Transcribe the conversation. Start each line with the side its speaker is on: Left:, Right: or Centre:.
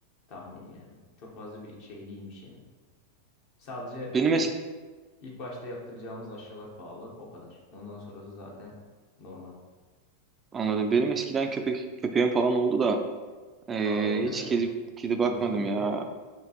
Left: tahmini yani. Çok fazla bir şey değilmiş yani. Sadece
Right: Benim eski
Left: ilk, ilk başta yaptıracağımız aşılar pahalı o kadar. Ondan sonrası zaten normal.
Right: anladım. Benim eskiden köpek köpeğim falan oldu da eee,
Left: Aa öyle
Right: hiç
Left: mi?
Right: kedi kedi bakmadım
Left: Cinsi neydi?
Right: ya.